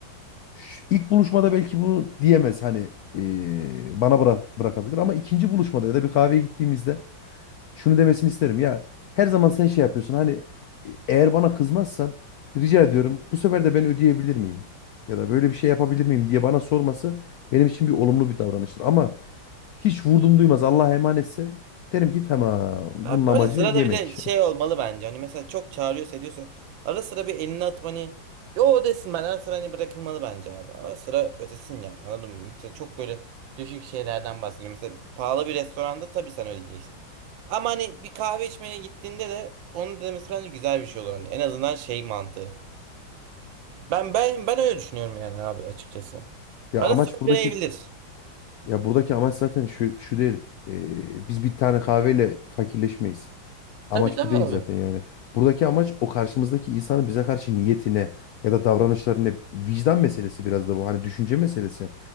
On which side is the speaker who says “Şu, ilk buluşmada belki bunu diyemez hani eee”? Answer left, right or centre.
Left